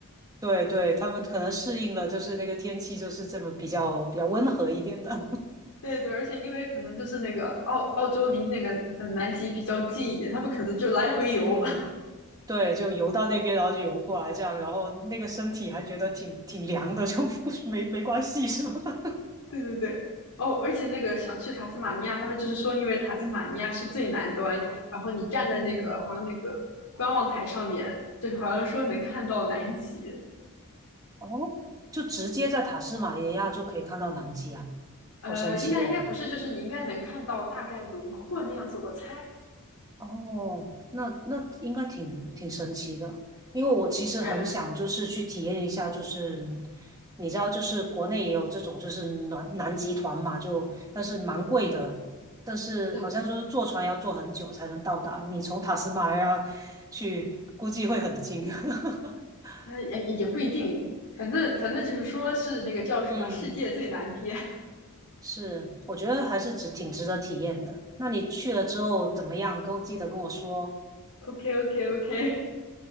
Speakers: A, on the right; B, on the left.
A: 对对，它们可能适应了，就是那个天气就是这么比较比较温和一点的。<laughs>
B: <laughs> 对对，而且因为可能就是那个澳澳洲离那个呃南极比较近一点，他们可能就来回游。
A: 嗯，对，就游到那边，然后就游过来这样，然后那个身体还觉得挺挺凉的，就 <laughs> 没没关系是吧？<laughs>
B: <laughs> 对对对，哦，而且那个想去塔斯马尼亚，他们就是说因为塔斯马尼亚是最南端，
A: 嗯
B: 然后你站在那个好像那个观望台上面，
A: 嗯，
B: 就是好像说能看到南极。
A: 哦，就直接在塔斯马尼亚就可以看到南极啊，
B: 呃，
A: 好神奇哦！
B: 应该应该不是，就是你应该能看到大概轮廓那样子，我猜。
A: 哦，那那应该挺挺神奇的，因为我其实很想就是去体验一下，
B: 不然
A: 就是你知道，就是国内也有这种就是南南极团嘛，就但是蛮贵的，但是好像说是坐船要坐很久才能到达，
B: 是，
A: 你从塔斯马尼亚去，估计会很近。<laughs>
B: 哎也也不一定，反正反正就是说是那个叫什么世界最难编。
A: 嗯。是，我觉得还是值挺值得体验的。那你去了之后怎么样？跟我记得跟我说。
B: <laughs> OK OK OK，